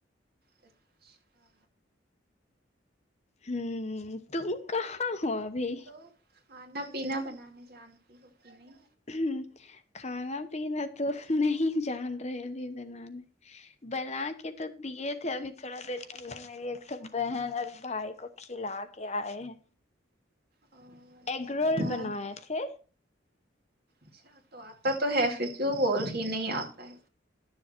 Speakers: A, on the right; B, on the left.
A: اچھا
B: امم تم کہاں ہو ابھی
A: تو کھانا پینا بنانے جانتی ہو کہ نہیں
B: امم کھانا پینا تو نہیں جان رہے ابھی بنانے بنا کے تو دیے تھے ابھی تھوڑا دیر پہلے میری ایک تو بہن اور بھائی کو کھلا کے آئے ہیں
A: اچھا
B: ایگ رول بنائے تھے
A: اچھا تو آتا تو ہے پھر کیوں بول رہی ہے نہیں آتا ہے